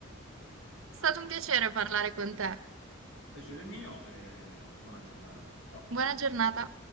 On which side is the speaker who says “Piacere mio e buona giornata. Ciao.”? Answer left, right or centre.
Left